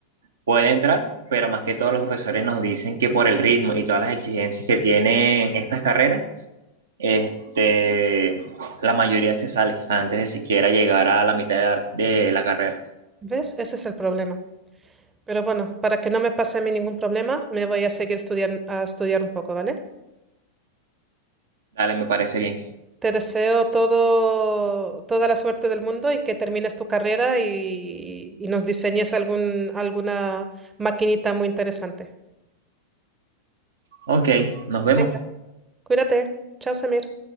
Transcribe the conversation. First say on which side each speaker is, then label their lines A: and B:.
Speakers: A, on the right; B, on the right.
A: puede entrar, pero más que todos los profesores nos dicen que por el ritmo y todas las exigencias que tienen estas carreras, este, la mayoría se sale antes de siquiera llegar a la mitad de la carrera.
B: ¿Ves? Ese es el problema. Pero bueno, para que no me pase a mí ningún problema, me voy a seguir estudiando, a estudiar un poco, ¿vale?
A: Dale, me parece bien.
B: Te deseo todo, toda la suerte del mundo y que termines tu carrera y, y nos diseñes algún, alguna maquinita muy interesante.
A: Ok, nos vemos.
B: Venga. Cuídate. Chao, Samir.